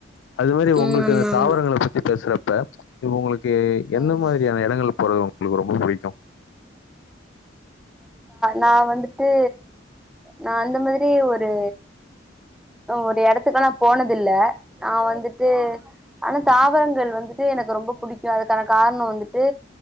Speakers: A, on the left; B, in the centre.
A: அது மாதிரி
B: ம்
A: உங்களுக்கு
B: ஆமா ஆமா
A: தாவரங்களை பத்தி பேசுற ப்ப உங்களுக்கு எந்த
B: ம்
A: மாதிரியான இடங்கள் போறது உங்களுக்கு ரொம்ப பிடிக்கும்
B: நான் வந்துட்டு நான் அந்த மாதிரி ஒரு ஒரு இடத்துக்கு நான் போனதில்லை நான் வந்துட்டு ஆனா தாவரங்கள் வந்துட்டு எனக்கு ரொம்ப பிடிக்கும் அதுக்கான காரணம் வந்துட்டு